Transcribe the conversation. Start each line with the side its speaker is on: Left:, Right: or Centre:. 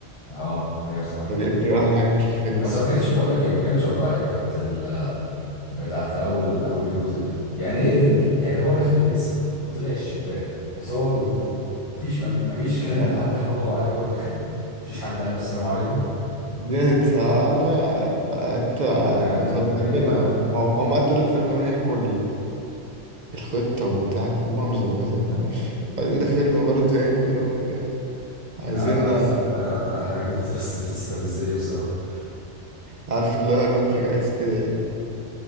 Left: اه هي بصراحه
Right: ده
Left: دي
Right: دي
Left: كانت
Right: بتبقى
Left: حلوه
Right: احلى حاجه في الفيلم
Left: بس
Right: اصلا
Left: ما كانتش بقول لك ايه ما كانتش واقعيه بتاعت ال... بتاعت اول اول جزء دي يعني ايه ده يعني هو دخل القسم وطلع الشباك وصور من فوق مفيش مفي- مفيش كلب
Right: آه،
Left: حتى هوهو عليه وهو داخل مفيش حد قال له السلام عليكم
Right: دي هت- الله يعرف بقى انت ع-
Left: يعني
Right: مظبطينها
Left: كانت غريبه قوي
Right: بقى هو ما طول الفيلم عمال يحكوا الخطة وبتاع فهم مظبطينها يا باشا بعدين ده فيلم برضه يعني في الأول وفي الآخر عايزين
Left: لا لا بس أنا- أنا- أنا الحاجات دي بتستفز بتستفزني بصراحة
Right: عارف اللي هو المخرج عايز كده يعني